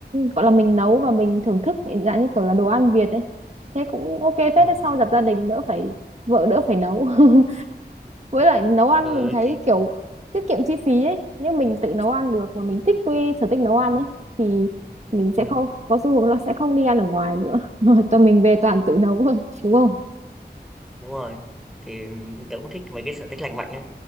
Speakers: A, on the right; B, in the centre.
A: gọi là mình nấu và mình thưởng thức dạng như kiểu là đồ ăn Việt ấy thế cũng ok phết đấy
B: ừ,
A: sau dập gia đình đỡ phải vợ đỡ phải nấu <laughs> với lại nấu ăn
B: ừ,
A: mình thấy
B: thì
A: kiểu tiết kiệm chi phí ấy nếu mình tự nấu ăn được mà mình thích cái sở thích nấu ăn
B: ừ,
A: ấy thì mình
B: ừ,
A: sẽ không có xu hướng là sẽ không đi ăn ở ngoài nữa <laughs> rồi tụi mình về toàn tự nấu thôi đúng không
B: đúng rồi thì tớ cũng thích mấy cái sở thích lành mạnh ấy